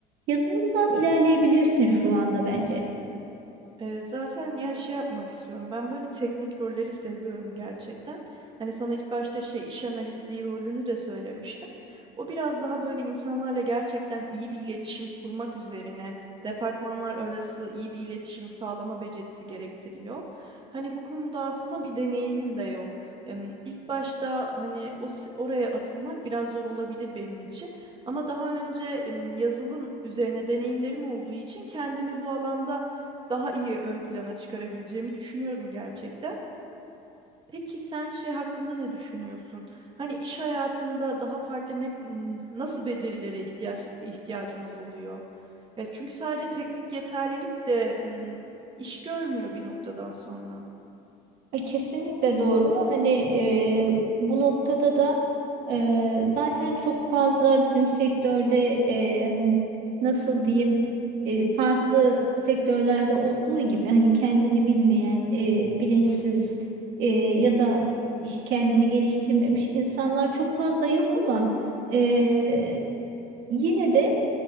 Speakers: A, on the right (about 70°); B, on the right (about 30°).
A: Yazılımdan ilerleyebilirsin şu anda bence.
B: Ee, zaten ya şey yapmak istiyorum. Ben böyle teknik rolleri seviyorum gerçekten. Hani sana ilk başta şey iş analisti rolünü de söylemiştim. O biraz daha böyle insanlarla gerçekten iyi bir iletişim kurmak üzerine, departmanlar arası iyi bir iletişim sağlama becerisi gerektiriyor. Hani bu konuda aslında bir deneyimim de yok. Em, İlk başta hani o s- oraya atılmak biraz zor olabilir benim için. Ama daha önce em, yazılım üzerine deneyimlerim olduğu için kendimi bu alanda daha iyi ön plana çıkarabileceğimi düşünüyorum gerçekten. Peki sen şey hakkında ne düşünüyorsun? Hani iş hayatında daha farklı ne, n- nasıl becerilere ihtiyaç, ihtiyacımız oluyor? Ya çünkü sadece teknik yeterlilik de m, iş görmüyor bir noktadan sonra.
A: E, Kesinlikle doğru. Hani e, bu noktada da e, zaten çok fazla bizim sektörde e, nasıl diyeyim e, farklı sektörlerde olduğu gibi hani kendini bilmeyen, e, bilinçsiz e, ya da iş kendini geliştirmemiş insanlar çok fazla yok ama e, yine de